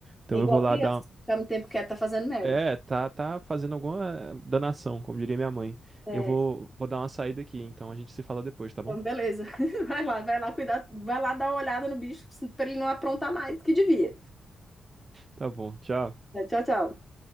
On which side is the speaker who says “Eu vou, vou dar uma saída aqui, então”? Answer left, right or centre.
Right